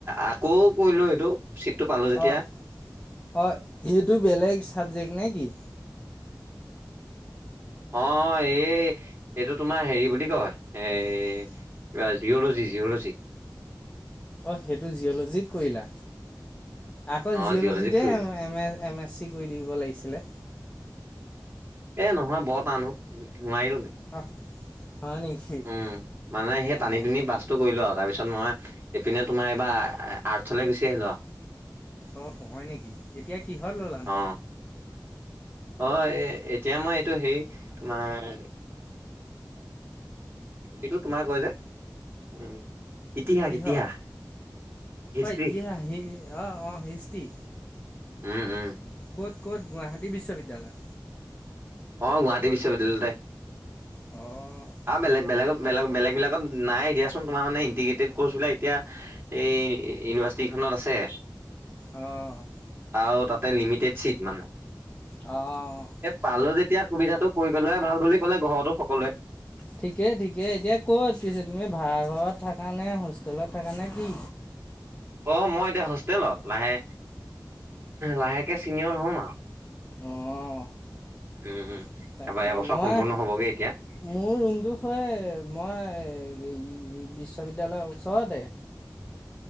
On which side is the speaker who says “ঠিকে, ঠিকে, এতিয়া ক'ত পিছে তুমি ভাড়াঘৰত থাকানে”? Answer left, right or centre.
Left